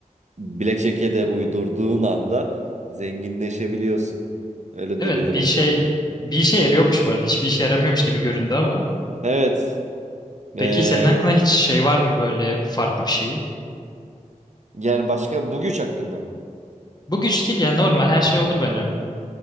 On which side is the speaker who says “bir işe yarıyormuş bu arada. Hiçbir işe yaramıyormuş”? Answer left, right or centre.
Left